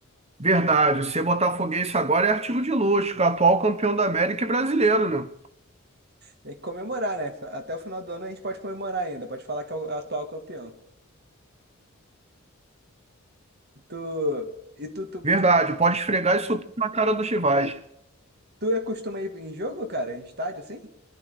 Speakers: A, on the right; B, on the right.
A: Verdade, ser botafoguense agora é artigo de luxo, atual campeão da América e brasileiro, né?
B: Tem que comemorar, né? Até o final do ano a gente pode comemorar ainda. Pode falar que é o atual campeão. Tu... E tu, tu,
A: Verdade,
B: tu,
A: pode esfregar isso tudo na cara dos rivais.
B: tu é costuma ir em jogo, cara? Em estádio, assim?